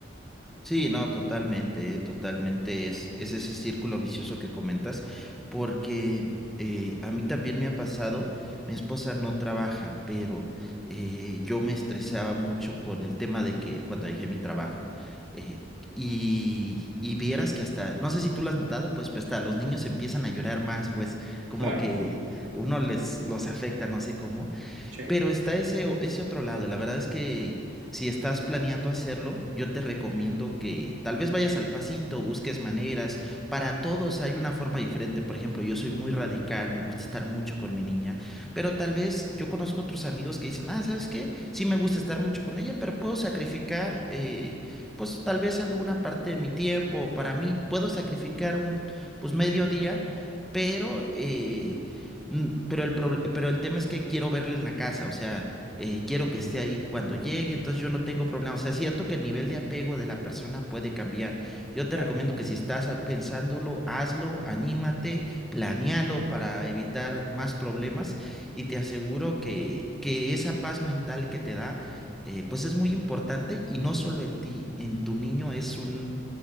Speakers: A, in the centre; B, on the right (about 70°).
A: Sí, no, totalmente, eh, totalmente es, es ese círculo vicioso que comentas, porque eh, a mí también me ha pasado, mi esposa no trabaja, pero eh, yo me estresaba mucho con el tema de que cuando dejé mi trabajo, eh, y, y vieras que hasta, no sé si tú lo has notado, pues, pues hasta los niños empiezan a llorar más, pues como
B: Claro,
A: que uno les los afecta, no sé cómo
B: sí,
A: pero está ese, o- ese otro lado. La verdad es que si estás planeando hacerlo, yo te recomiendo que tal vez vayas al pasito, busques maneras. Para todos hay una forma diferente. Por ejemplo, yo soy muy radical, me gusta estar mucho con mi niña, pero tal vez yo conozco otros amigos que dicen, ah, ¿sabes qué? Sí me gusta estar mucho con ella, pero puedo sacrificar, eh, pues tal vez alguna parte de mi tiempo. Para mí, puedo sacrificar un, pues medio día, pero... eh, Mm, Pero el, prob- pero el tema es que quiero verle en la casa, o sea, eh, quiero que esté ahí cuando llegue, entonces yo no tengo problema. O sea, es cierto que el nivel de apego de la persona puede cambiar. Yo te
B: claro.
A: recomiendo que si estás ah, pensándolo, hazlo, anímate, planéalo para evitar más problemas y te aseguro que, que esa paz mental que te da, eh, pues es muy importante y no solo en ti, en tu niño es un,